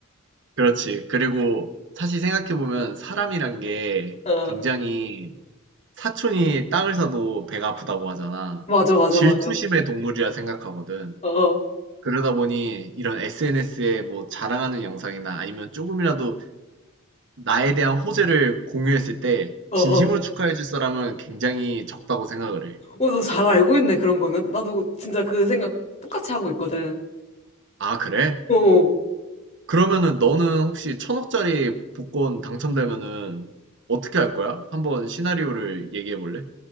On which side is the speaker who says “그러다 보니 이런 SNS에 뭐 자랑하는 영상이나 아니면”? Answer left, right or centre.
Right